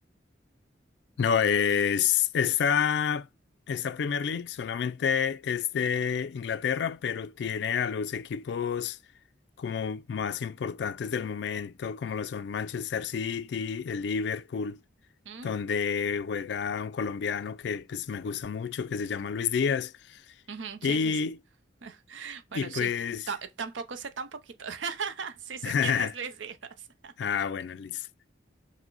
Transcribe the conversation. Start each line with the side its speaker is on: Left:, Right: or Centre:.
Left: No, es esta, esta Premier League solamente es de Inglaterra, pero tiene a los equipos como más importantes del momento, como lo son Manchester City, el Liverpool,
Right: Mm,
Left: donde juega un colombiano que pues me gusta mucho, que se llama Luis Díaz.
Right: ujú,
Left: Y,
Right: sí, sí, sí. <laughs> Bueno,
Left: y pues,
Right: sí, ta- tampoco sé tan poquito. <laughs> Sí sé
Left: <laughs>
Right: quién es Luis Díaz. <laughs>
Left: ah, bueno, listo.